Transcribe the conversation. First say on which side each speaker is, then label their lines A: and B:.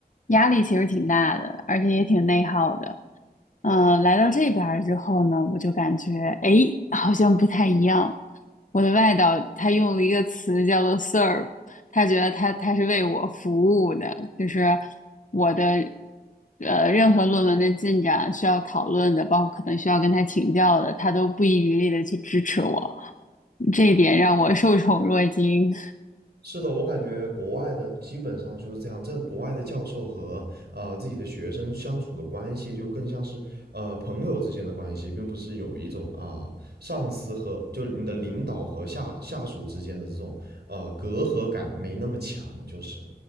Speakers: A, on the left; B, on the right.
A: 压力其实挺大的，而且也挺内耗的。嗯、呃来到这边儿之后呢，我就感觉，哎，好像不太一样。我的外导他用了一个词叫做 “serve”，他觉得他他是为我服务的，就是我的呃任何论文的进展需要讨论的，包括可能需要跟他请教的，他都不遗余力的去支持我，这一点让我受宠若惊。
B: 是的，我感觉国外的基本上就是这样，这国外的教授和呃自己的学生相处的关系就更像是呃朋友之间的关系，并不是有一种啊、上司和就你的领导和下下属之间的这种呃隔阂感没那么强，就是。